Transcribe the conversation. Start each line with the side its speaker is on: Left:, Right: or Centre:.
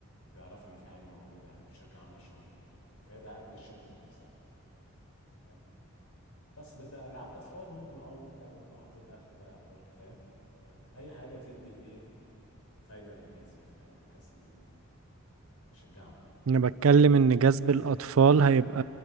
Left: وبيعرفوا ان في حاجة موجودة يعني والشركة عاملة الشغل ده طب فهي دعاية للشركة ذات نفسها تمام بس ده ده ألعاب أطفال ممكن اه ممكن لا ممكن لو حطيت أكل ده يعتبر كفاية تمام أي حاجة تدي ايه فايدة للناس يعني فاهم انت بحيث ان تشجعهم
Right: انا بتكلم ان جذب
Left: بس
Right: الاطفال هيبقى